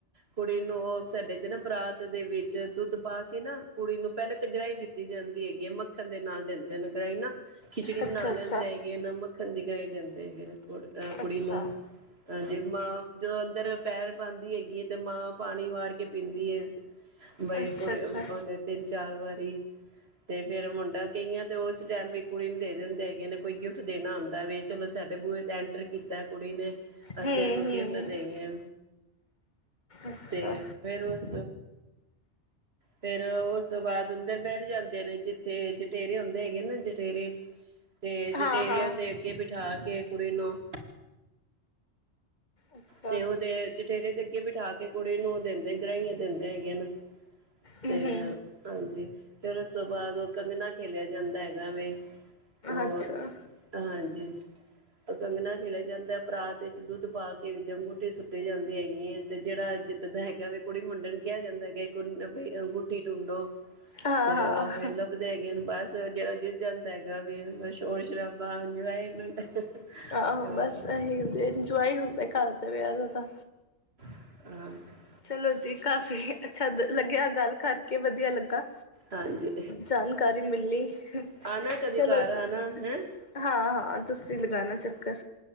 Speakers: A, on the right; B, on the left.
A: ਕੁੜੀ ਨੂੰ ਉਹ ਸਾਡੇ ਚ ਨਾ ਪਰਾਤ ਦੇ ਵਿੱਚ ਦੁੱਧ ਪਾ ਕੇ ਨਾ ਕੁੜੀ ਨੂੰ ਪਹਿਲੇ ਤਾਂ ਗ੍ਰਾਹੀਂ ਦਿੱਤੀ ਜਾਂਦੀ ਹੈਗੀ ਐ ਮੱਖਣ ਦੇ ਨਾਲ ਦਿੰਦੇ ਨੇ ਗ੍ਰਾਹੀਂ ਨਾਂ। ਖਿਚੜੀ
B: ਅੱਛਾ
A: ਬਣਾ ਲੈਂਦੇ
B: ਅੱਛਾ
A: ਹੈਗੇ ਇਹ ਨੂੰ ਮੱਖਣ ਦੀ ਗਈ ਗ੍ਰਾਹੀ ਦਿੰਦੇ <inaudible> ਕੁੜ ਅਹ ਕੁੜੀ
B: ਅੱਛਾ
A: ਨੂੰ ਆ ਜੇ ਮਾਂ ਜਦੋਂ ਅੰਦਰ ਪੈਰ ਪਾਂਦੀ ਹੈਗੀ ਐ ਤੇ ਮਾਂ ਪਾਣੀ ਵਾਰ ਕੇ ਪੀਂਦੀ ਐ। ਬਈ
B: ਅੱਛਾ
A: ਕੁੜੀ
B: ਅੱਛਾ
A: ਉਹਨੇ ਤਿੰਨ-ਚਾਰ ਵਾਰੀ ਤੇ ਫੇਰ ਮੁੰਡਾ ਕਈਆਂ ਤੇ ਉਸ ਟਾਈਮ ਇੱਕ ਕੁੜੀ ਨੂੰ ਦੇ ਦਿੰਦੇ ਹੈਗੇ ਨੇ ਕੋਈ ਗਿਫਟ ਦੇਣਾ ਹੁੰਦਾ ਵੇ ਚਲੋ ਸਾਡੇ ਬੂਹੇ ਤੇ ਐਂਟਰ ਕੀਤਾ ਕੁੜੀ ਨੇ
B: ਹੂੰ
A: ਅਸੀਂ ਇਹਨੂੰ
B: ਹੂੰ
A: ਗਿਫਟ ਦੇਈਏ।
B: ਅੱਛਾ
A: ਤੇ ਫਿਰ ਉਸ ਫਿਰ ਉਸ ਤੋਂ ਬਾਅਦ ਅੰਦਰ ਬੈਠ ਜਾਂਦੇ ਨੇ ਜਿੱਥੇ ਜਟੇਰੇ ਹੁੰਦੇ ਹੈਗੇ ਨਾ ਜਟੇਰੇ ਤੇ ਜਠੇਰਿਆਂ
B: ਹਾਂ ਹਾਂ
A: ਦੇ ਅੱਗੇ ਬਿਠਾ ਕੇ ਕੇ ਕੁੜ ਨੂੰ
B: ਅੱਛਾ
A: ਤੇ ਉਹ ਤੇ ਜਠੇਰੇ ਦੇ ਅੱਗੇ ਬਿਠਾ ਕੇ ਕੁੜੀ ਨੂੰ ਉਹ ਦਿੰਦੇ ਗਰਾਹੀਆਂ ਦਿੰਦੇ ਹੈਗੇ ਨਾ
B: ਹੂੰ
A: ਤੇ ਹਾਂਜੀ ਫਿਰ ਉਸ ਤੋਂ ਬਾਅਦ ਉਹ ਕੰਘਣਾ ਖੇਲਿਆ ਜਾਂਦਾ ਹੈਗਾ ਵੇ ਹੋਰ
B: ਅੱਛਾ
A: ਹਾਂਜੀ ਅ ਕੰੰਗਣਾ ਖਿਲਾਿਆ ਜਾਂਦਾ ਹੈ ਪਰਾਤ ਵਿੱਚ ਦੁੱਧ ਪਾ ਕੇ ਵਿੱਚ ਅੰਗੂਠੀ ਸੁੱਟ ਜਾਂਦੀ ਹੈਗੀ ਹੈ ਤੇ ਜਿਹੜਾ ਜਿੱਤਦਾ ਹੈਗਾ ਵੀ ਕੁੜੀ ਮੁੰਡਣ ਕਿਹਾ ਜਾਂਦਾ ਹੈਗਾ ਗੁੱਠੀ ਟੁੰਡੋ
B: ਹਾਂ
A: ਤੇ
B: ਹਾਂ
A: ਉਹ ਫੇ ਲੱਭਦੇ ਹੈਗੇ ਨੂੰ ਬਸ ਜਿਹੜਾ ਜਿੱਤ ਜਾਂਦਾ ਹੈਗਾ ਵੀ ਸ਼ੋਰ ਸ਼ਰਾਬਾ ਇੰਜੋਏਮੈਂਟ
B: ਆਹੋ
A: ਹਾਂਜੀ
B: ਬਸ ਇਹੀ ਹੁੰ ਇੰਜੋਏ ਹੁੰਦੇ ਘਰ ਦੇ ਵਿਆਹ ਦਾ ਤਾਂ
A: ਅ
B: ਚਲੋ ਜੀ ਕਾਫੀ ਅੱਛਾ ਲੱਗਿਆ ਗੱਲ ਕਰਕੇ ਵਧੀਆ ਲੱਗਾ
A: ਹਾਂਜੀ
B: ਜਾਣਕਾਰੀ ਮਿਲੀ
A: ਆਣਾ ਕਦੇ
B: ਚਲੋ
A: ਘਰ
B: ਜੀ
A: ਆਣਾ ਹੈਂ
B: ਹਾਂ ਹਾਂ ਤੁਸੀ ਲਈ ਲਗਾਣਾ ਚੱਕਰ